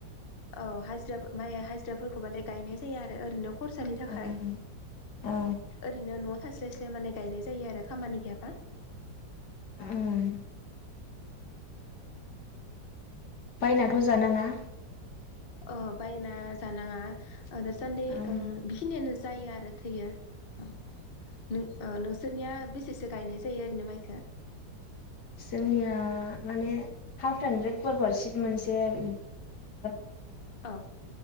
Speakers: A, on the left; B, on the left.
A: औ हाजिरा माइया हाजिराफोरखौबालाय गायनाय जायो ओरैनो खरसानि थाखाय
B: ओं औ
A: ओरैनो न' थास्लाय स्लाय माने गायनाय जायो आरो खामानि गैयाबा।
B: ओं बायनाथ' जानाङा
A: अ बायना जानाङा ओ दासान्दि
B: ओं
A: ओ बेखिनियानो जायो आरो थोयो। औ नों ओ नोंसोरनिया बेसेसो गायनाय जायो ओरैनो माइखो?
B: जोंनिया माने हा फ्रानो माने बिराद गुवार गुवार सिथ मोनसे बयहाबो।
A: औ